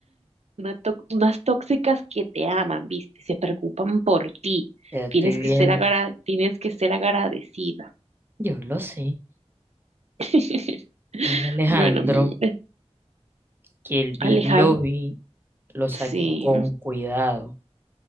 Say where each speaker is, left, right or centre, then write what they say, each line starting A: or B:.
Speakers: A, on the right (about 70°); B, on the right (about 20°).
A: Una tó- unas tóxicas que te aman, ¿viste? Se preocupan por ti.
B: Ya estoy
A: Tienes que
B: bien.
A: ser agra- tienes que ser agradecida.
B: Yo lo sé.
A: <laughs>
B: Dile a Alejandro
A: Bueno, mi amor,
B: que el video
A: Alejandro,
B: vi lo saque
A: sí.
B: con cuidado.